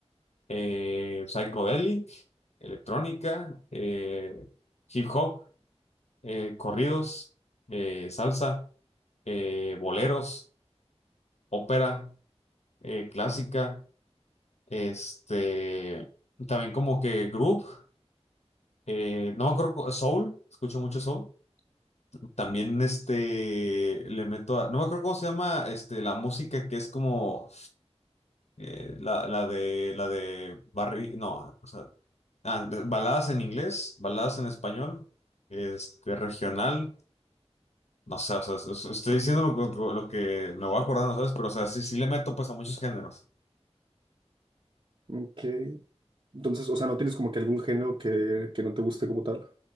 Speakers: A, on the left; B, on the right.
A: eh, psychedelic, electrónica, eh, hip hop, eh, corridos, eh, salsa, eh, boleros, ópera, eh, clásica, este, también como que group, eh, no me acuerdo, cu- soul, escucho mucho soul También este le meto a. No me acuerdo cómo se llama este, la música que es como eh, la, la de la de barri. No, o sea. ah, de- baladas en inglés, baladas en español, este, regional. No sé, o sea, es- es- estoy diciendo lo, lo- lo que me voy acordando, ¿sabes? Pero, o sea, sí, sí le meto pues a muchos géneros.
B: Ok. Entonces, o sea, no tienes como que algún género que, que no te guste como tal.